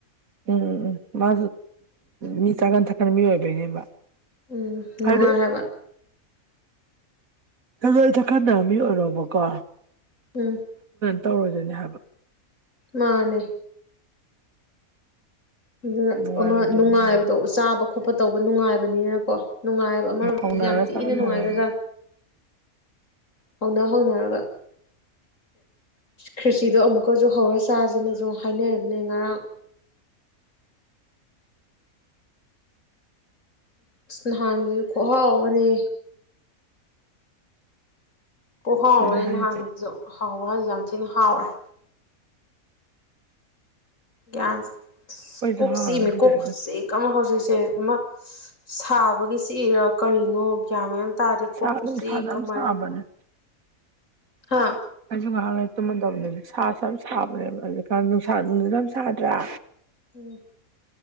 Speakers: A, on the right (about 70°); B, on the left (about 60°).
A: ꯎꯝ ꯃꯥ ꯃꯤ ꯆꯒ ꯊ ꯈꯔꯃꯤ ꯑꯣꯏꯕꯩꯅꯦꯕ
B: ꯎꯝ ꯅꯨꯡꯉꯥꯏ
A: ꯍꯥꯏꯗꯤ
B: ꯍꯥꯏꯕ
A: ꯍ ꯊ ꯈꯥꯟꯅꯃꯤ ꯑꯣꯏꯔꯕꯀꯣ
B: ꯎꯝ
A: ꯇꯧꯔꯣꯏꯗꯣꯏꯅꯤ ꯍꯥꯏꯕ
B: ꯃꯥꯅꯦ ꯑꯗꯨꯅ
A: ꯅꯨꯡꯉꯥꯏꯔꯣꯏꯗꯣꯏꯅꯦ
B: ꯑꯃ ꯅꯨꯡꯉꯥꯏꯕꯗꯣ
A: ꯍꯥꯏꯕ
B: ꯆꯥꯕ ꯈꯣꯠꯄ ꯇꯧꯕ ꯅꯨꯡꯉꯥꯏꯕꯅꯤꯅꯀꯣ ꯅꯨꯡꯉꯥꯏꯕ ꯑꯃꯔꯣꯝꯗ
A: ꯍꯧꯅꯔ
B: ꯌꯥꯝ ꯊꯤꯅ
A: ꯆꯥꯛ
B: ꯅꯨꯡꯉꯥꯏꯈ꯭ꯔꯖꯥꯠ
A: ꯊꯣꯡꯉꯗꯤ
B: ꯍꯧꯅ ꯍꯧꯅꯔꯒ ꯈ꯭ꯔꯤꯁꯤꯗꯣ ꯑꯃꯨꯛꯀꯁꯨ ꯍꯧꯔ ꯆꯥꯁꯤꯅꯁꯨ ꯍꯥꯏꯅꯕꯅꯦ ꯉꯔꯥꯡ
A: <inaudible>
B: ꯅꯍꯥꯟꯒꯤ ꯈꯍꯥꯎ ꯑꯃꯅꯦ ꯑꯣ ꯍꯥꯎꯕꯅꯦ
A: ꯑꯗꯨꯅꯦ
B: ꯅꯍꯥꯟꯁꯤꯁꯨ
A: ꯍꯥꯏꯁꯦ
B: ꯍꯥꯎꯕ ꯍꯥꯏꯥꯟꯁꯨ ꯌꯥꯝ ꯊꯤꯅ ꯍꯥꯎꯔꯦ ꯌꯥ
A: ꯑꯩꯈꯣꯏꯁꯨ
B: ꯀꯣꯛ
A: ꯍꯥꯎꯔꯦ
B: ꯁꯤꯃꯤ
A: ꯁꯤꯗꯩꯗ
B: ꯀꯣꯛꯁꯦ ꯀꯃ ꯍꯖ ꯆꯦ ꯑꯃ ꯁꯥꯕꯒꯤꯁꯤ ꯏꯔ ꯀꯔꯤꯅꯣ ꯀꯒ꯭ꯌꯥꯃꯦꯟ ꯇꯥꯔꯦꯀꯣꯈꯨꯁꯤ
A: ꯁꯥ ꯅꯨꯡꯁꯥꯁꯨ
B: ꯀꯃꯅꯤ
A: ꯌꯥꯝ ꯁꯥꯕꯅꯦ
B: ꯑꯥ
A: ꯅꯨꯡ ꯉꯥꯡ ꯂꯩ ꯇꯨꯝꯃꯟꯗꯕꯅꯤ ꯁꯥꯁꯨ ꯌꯥꯝ ꯁꯥꯕꯅꯦꯕ ꯑꯗꯨꯖꯤꯛꯀꯥꯟ ꯅꯨꯡꯁꯥ ꯅꯨꯡꯗꯤ ꯌꯥꯝ ꯁꯥꯗ꯭ꯔꯦꯥ
B: ꯎꯝ